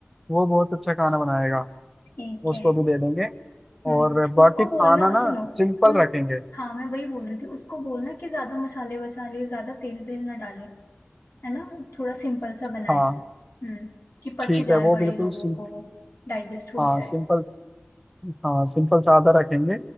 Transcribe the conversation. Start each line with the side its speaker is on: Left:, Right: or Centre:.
Centre: वो बहुत अच्छा खाना बनाएगा
Left: ठीक
Centre: उसको
Left: है
Centre: भी दे देंगे
Left: हम्म
Centre: और बाकी
Left: उसको बोलना
Centre: खाना ना
Left: सुनो
Centre: सिंपल
Left: तुम
Centre: रखेंगे
Left: हाँ मैं वही बोल रही थी उसको बोलना कि ज्यादा मसाले वसाले ज्यादा तेल वेल ना डाले है ना थोड़ा सिंपल सा
Centre: हाँ
Left: बनाए हम्म कि पच
Centre: ठीक
Left: जाए
Centre: है वो
Left: बड़े
Centre: बिल्कुल
Left: लोगों
Centre: सिं,
Left: को वो डाइजेस्ट हो
Centre: हाँ
Left: जाए
Centre: सिंपल हाँ सिंपल सादा रखेंगे